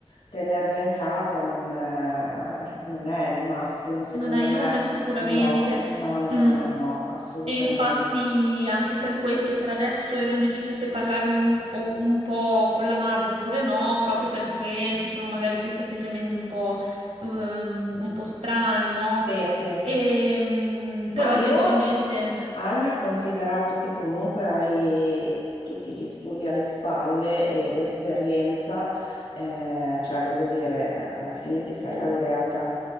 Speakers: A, on the left; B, on the right.
A: tenerlo in casa non, eh, non è il massimo, secondo
B: non aiuta
A: me,
B: sicuramente.
A: no, no, no,
B: Mm,
A: no, no, no, assolutamente.
B: E infatti anche per questo, per adesso ero indecisa se parlarne un, o- un po' con la madre oppure no, proprio perché ci sono magari questi atteggiamenti un po', ehm, un po' strani, no?
A: Sì, sì.
B: Ehm,
A: Ma
B: però
A: io,
B: effettivamente,
A: Anna, considerato che comunque hai tutti gli studi alle spalle e l'esperienza, eh, cioè voglio dire, eh, alla fine ti sei laureata